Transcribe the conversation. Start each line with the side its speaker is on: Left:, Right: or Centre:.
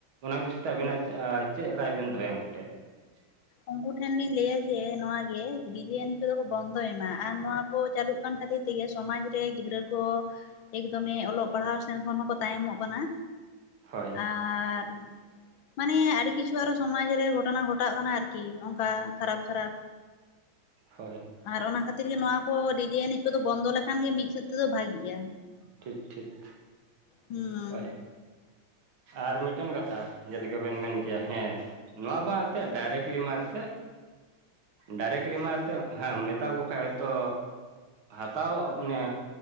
Right: ᱚᱱᱟ ᱵᱤᱥᱚᱭ ᱛᱮ ᱟᱵᱤᱱᱟᱜ ᱪᱮᱫ ᱨᱟᱭ ᱵᱮᱱ ᱫᱚᱦᱚᱭᱟ ᱩᱱᱠᱩ ᱴᱷᱮᱡ <inaudible>
Left: ᱩᱱᱠᱩ ᱴᱷᱮᱱ ᱞᱤᱧ ᱞᱟᱹᱭᱟ ᱡᱮ ᱱᱚᱶᱟ ᱜᱮ ᱰᱤᱡᱮ ᱮᱱᱮᱡ ᱠᱚᱫᱚ ᱠᱚ ᱵᱚᱱᱫᱚᱭ ᱢᱟ ᱟᱨ ᱱᱚᱣᱟ ᱠᱚ ᱪᱟᱞᱩᱜ ᱠᱟᱱ ᱠᱷᱟᱹᱛᱤᱨ ᱛᱮᱜᱮ ᱥᱚᱢᱟᱡᱽ ᱨᱮ ᱜᱤᱫᱽᱨᱟᱹ ᱠᱚ ᱮᱠᱫᱚᱢᱮ ᱚᱞᱚᱜ ᱯᱟᱲᱦᱟᱣ ᱥᱮᱱ ᱠᱷᱚᱱ ᱦᱚᱸᱠᱚ ᱛᱟᱭᱚᱢᱚᱜ ᱠᱟᱱᱟ᱾
Right: ᱦᱳᱭ
Left: ᱟᱨ ᱢᱟᱱᱮ ᱟᱹᱰᱤ ᱠᱤᱪᱷᱩ ᱟᱨᱚ ᱥᱚᱢᱟᱡᱽ ᱨᱮ ᱜᱷᱚᱴᱚᱱᱟ ᱜᱷᱚᱴᱟᱜ ᱠᱟᱱᱟ ᱟᱨ ᱠᱤ ᱚᱝᱠᱟ ᱠᱷᱟᱨᱟᱯ ᱠᱷᱟᱨᱟᱯ᱾
Right: ᱦᱳᱭ᱾
Left: ᱟᱨ ᱚᱱᱟ ᱠᱷᱟᱹᱛᱤᱨ ᱜᱮ ᱱᱚᱣᱟ ᱠᱚ ᱰᱤᱡᱮ ᱮᱱᱤᱡ ᱠᱚᱫᱚ ᱵᱚᱱᱫᱚ ᱞᱮᱠᱷᱟᱱ ᱜᱮ ᱢᱤᱫ ᱥᱮᱫ ᱛᱮᱫᱚ ᱵᱷᱟᱜᱤᱜᱼᱟ᱾
Right: ᱴᱷᱤᱠ ᱴᱷᱤᱠ,
Left: ᱦᱩᱸ
Right: ᱦᱳᱭ᱾ ᱟᱨ ᱢᱤᱫᱴᱮᱱ ᱠᱟᱛᱷᱟ ᱡᱮᱞᱮᱠᱟ ᱵᱮᱱ ᱢᱮᱱ ᱠᱮᱭᱟ ᱦᱮᱸ ᱱᱚᱣᱟ ᱵᱟ ᱮᱛᱮᱫ ᱰᱟᱭᱨᱮᱠᱴᱞᱤ ᱢᱟ ᱮᱛᱮ ᱰᱟᱭᱨᱮᱠᱴᱞᱤ ᱢᱟ ᱮᱛᱚᱜ ᱦᱮᱸ ᱢᱮᱛᱟ ᱠᱚ ᱠᱷᱟᱱ ᱦᱚᱭᱛᱚ ᱦᱟᱛᱟᱟᱣ ᱢᱟᱱᱮ